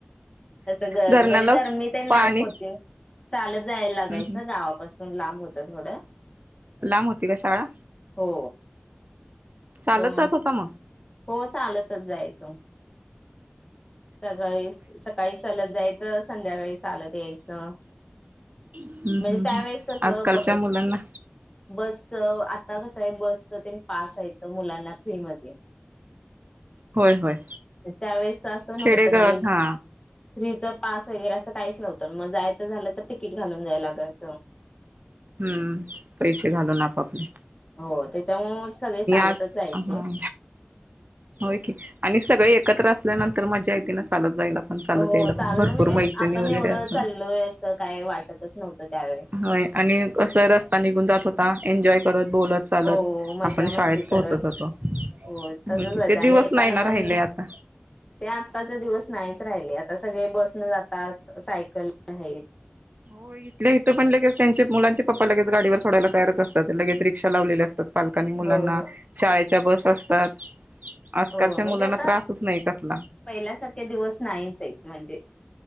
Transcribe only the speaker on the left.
असं गरम
म्हणजे, गरमी तेन
होती चालत जायला
लगायचं,
गावापासून लांब होत थोडं
हो
दोन
हो चालतच जायचो. सकाळी सकाळी चालत जायचं, संध्याकाळी चालत यायचं.
म्हणजे
त्यावेेळेस
कसं
ब
बसच आता कसं आहे, बसच ते पास हायत ग मुलांना फ्री मध्ये
त्यावेेळेसच असं
नव्हतं, म्हणजे
फ्रीच पास वगैरे असं काहीच नव्हतं, मग जायचं झालं तर तिकीट घालून जायला लागायचं.
हो, त्याच्यामुळे सगळे चालतच
जायचे.
हो
चालत
म्हणजे
आपण
एवढं
चाललोय असं काय वाटतच नव्हतं त्यावेेळेस
हो मजा
मस्ती
करत
हो
तसंच
आणि येताना
पण
ते आत्ताचे दिवस नाहीच राहिले आता सगळे बसन जातात सायकल आहेत.
हो हो
हो म्हणजे
आता
पहिल्यासारखे दिवस नाहीच आहे. म्हणजे